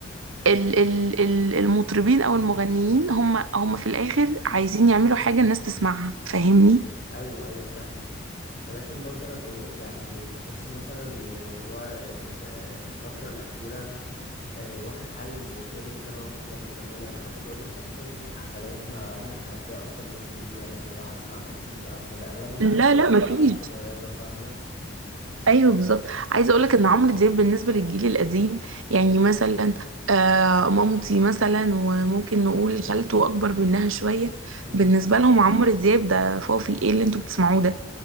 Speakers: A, on the right (about 80°); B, on the left (about 40°).
A: ال- ال- ال- المطربين او المغنيين هم هم في الاخر عايزين يعملوا حاجه الناس تسمعها فاهمني
B: ايوه ايوه فاهمك ولكن برضه انا بقول لك يعني تحسي مثلا إن الموضوع ال- آه، الفتره الاخيره آه، واخد حيز غير اللي كان واخده خالص زمان يعني حتى بقول لك اصلا في الحفلات ما عمرك ما هتلاقي اصلا ناس كبيره مثلا راح تسمع مزيكا او كده اغلبهم كابلز
A: لا لا مفيش
B: وعيال صغيره فاهمه
A: ايوه بالظبط عايزه اقولك ان عمرو دياب بالنسبه للجيل القديم يعني مثلا آه مامتي مثلا وممكن نقول خالته اكبر منها شويه
B: امم
A: بالنسبه لهم عمرو دياب ده فوفي ايه اللي انتوا بتسمعوه ده